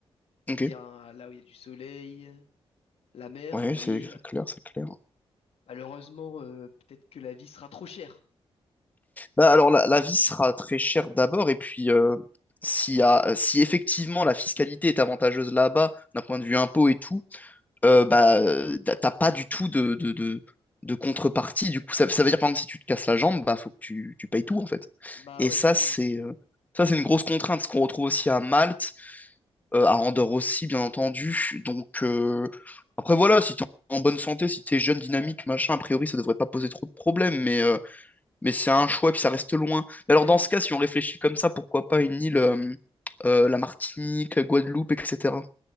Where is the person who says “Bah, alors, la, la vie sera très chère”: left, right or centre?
Left